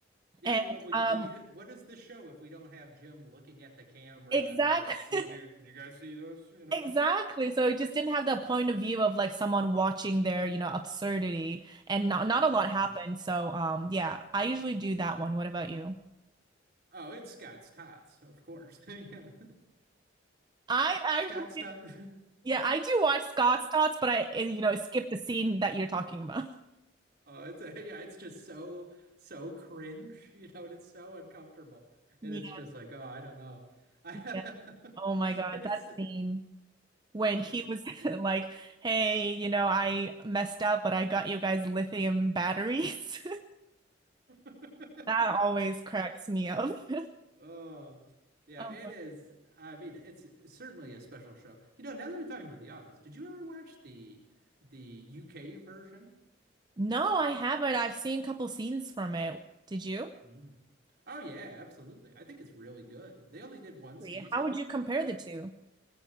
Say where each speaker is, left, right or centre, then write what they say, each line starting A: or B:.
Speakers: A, on the right; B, on the right.
A: Yeah,
B: And
A: well, we
B: um
A: we what is the show if we don't have Jim looking at the camera
B: exactly
A: and being like, well,
B: <laughs>
A: do you, do you guys see this? You know?
B: Exactly. So it just didn't have the point of view of like someone watching their, you know, absurdity and not not a lot happened.
A: <laughs>
B: So um yeah, I usually do that one. What about you?
A: Oh, it's Scott's Tots, of course. <laughs> Yeah.
B: I actually,
A: <laughs> Scott's Tots.
B: yeah, I do watch Scott's Tots, but I, eh, you know, skip the scene that you're talking about. <laughs>
A: <laughs> Oh, it's a, yeah, it's just so so cringe, you know, and it's so uncomfortable.
B: Yeah,
A: And it's just like, oh, I don't know. <laughs>
B: yeah. Oh my God,
A: It
B: that
A: is,
B: scene when
A: yeah.
B: he was
A: It,
B: <laughs> like, "Hey, you know, I messed up, but I got you guys lithium batteries." <laughs>
A: <laughs>
B: That always cracks me up. <laughs>
A: Oh, yeah,
B: Um,
A: it is. I mean, it's certainly a special show. You know, now that we're talking about The Office, did you ever watch the the UK version?
B: no, I haven't. I've seen a couple scenes from it. Did you?
A: Mm. Oh yeah, absolutely. I think it's really good. They only did one
B: Wait,
A: season.
B: How would you compare the two?